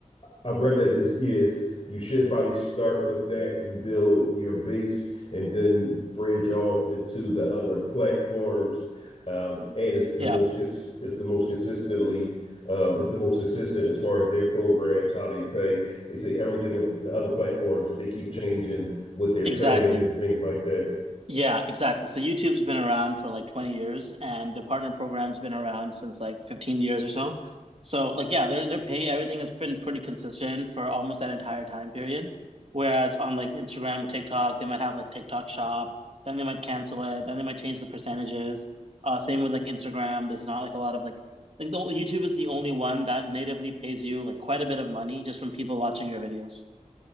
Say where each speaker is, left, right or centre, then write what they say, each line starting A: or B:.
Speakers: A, on the left; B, on the right.
A: I've read that is yes, you should probably start with that and build your base, and then bridge off into the other platforms. Um, and it's the
B: Yeah.
A: most cons- it's the most consistently um, it's the most consistent as far as their programs, how they pay. They say everything of the other platforms they keep changing what they're
B: Exactly.
A: paying and things like that.
B: Yeah, exactly. So YouTube's been around for like 20 years and the partner program's been around since like 15 years or so. So like yeah, their their pay, everything has been pretty consistent for almost that entire time period. Whereas on like Instagram or TikTok, they might have like TikTok shop, then they might cancel it, then they might change the percentages. Uh same with like Instagram. There's not like a lot of like like the YouTube is the only one that natively pays you like quite a bit of money just from people watching your videos,